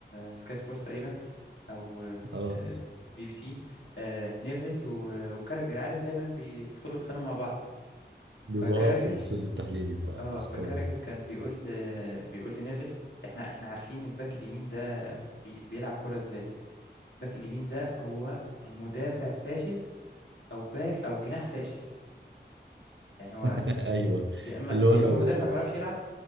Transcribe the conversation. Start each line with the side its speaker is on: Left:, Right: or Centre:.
Left: سكاي سبورتس تقريبا او
Right: اه
Left: آه، بي بي سي آه، نيفل و- وكاراجر عارف دايما بيدخلوا يتخانقوا مع بعض
Right: بيبقى
Left: فكاراجر
Right: آه في الاستوديو التحليلي بتاع
Left: اه
Right: سكاي
Left: فكاراجر كان بيقول آه، بيقول لنيفل احنا احنا عارفين الباك اليمين ده بي- بيلعب كرة ازاي الباك اليمين ده هو مدافع فاشل او باك او جناح فاشل يعني هو
Right: <laughs> ايوه
Left: يا اما
Right: اللي هو
Left: يا
Right: لو
Left: اما مدافع ما بيعرفش يلعب